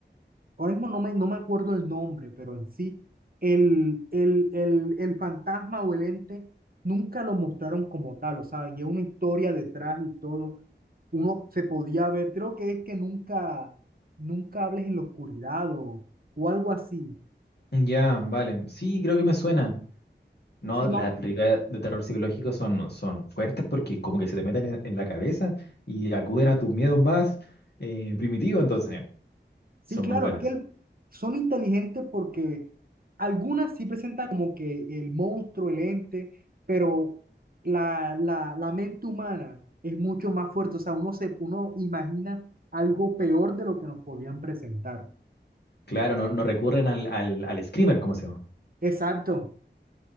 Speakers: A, on the right (about 50°); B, on the left (about 60°).
A: Ahora mismo no me, no me acuerdo el nombre, pero en sí, el, el, el, el fantasma o el ente nunca lo mostraron como tal, o sea, y es una historia detrás y todo. Uno se podía ver, creo que es que nunca, nunca hables en la oscuridad o, o algo así.
B: Ya, vale. Sí, creo que me suena. No,
A: Sí,
B: las películas de terror psicológico son, son fuertes porque como que se te meten en, en la cabeza y acuden a tus miedos más eh, primitivos, entonces
A: Sí,
B: son
A: claro,
B: muy buenas.
A: es que el- son inteligentes porque algunas sí presentan como que el monstruo, el ente, pero la, la, la mente humana es mucho más fuerte. O sea, uno se, uno imagina algo peor de lo que nos podían presentar.
B: Claro, no, no recurren al, al, al screamer, ¿cómo se llama?
A: Exacto.